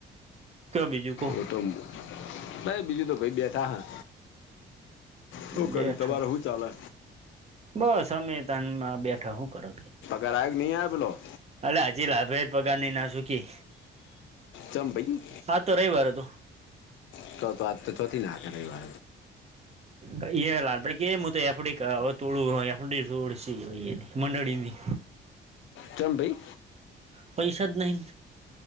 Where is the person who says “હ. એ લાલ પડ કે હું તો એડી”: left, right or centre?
Right